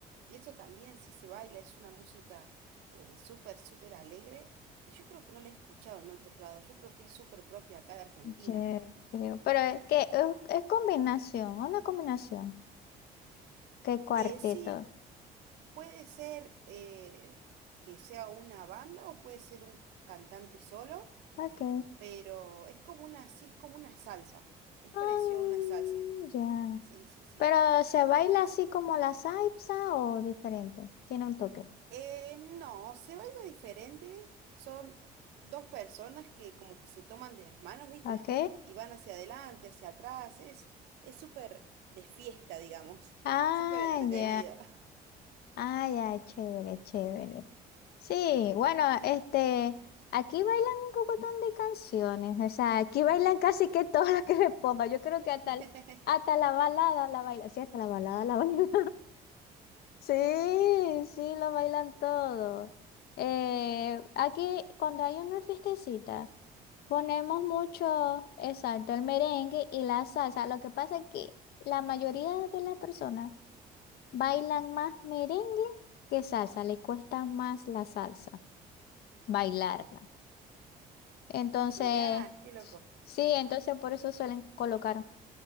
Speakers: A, on the right; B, on the left.
A: Y eso también sí se baila, es una música eh, súper, súper alegre. Y yo creo que no la he escuchado en otros lados, yo creo que es súper propia acá de Argentina.
B: Yo creo, pero es que es, es combinación, una combinación. ¿Qué cuarteto?
A: Eh, sí, Puede ser eh, que sea una banda o puede ser un cantante solo,
B: Ok.
A: pero es como una, sí, es como una salsa. Es
B: Ah,
A: parecido a una salsa.
B: ya.
A: Sí, sí, sí.
B: Pero se baila así como la salsa o diferente. Tiene un toque.
A: Eh, no, se baila diferente. Son dos personas que como que se toman de las manos, ¿viste?
B: Ok.
A: Y van hacia adelante, hacia atrás. Es, es súper de fiesta, digamos.
B: Ah,
A: Súper entretenido.
B: ya. Ah, ya, chévere, chévere. Sí, bueno, este, aquí bailan un pocotón de canciones. O sea, aquí bailan casi que todas las que le ponga. Yo creo que
A: <laughs>
B: hasta, el- hasta la balada la baila. Sí, hasta la balada la baila. Sí, sí, lo bailan todo. Eh, aquí, cuando hay una fiestecita, ponemos mucho, exacto, el merengue y la salsa. Lo que pasa es que la mayoría de las personas bailan más merengue que salsa, le cuesta más la salsa bailarla. Entonces,
A: Mirá, qué loco.
B: sí, entonces por eso suelen colocar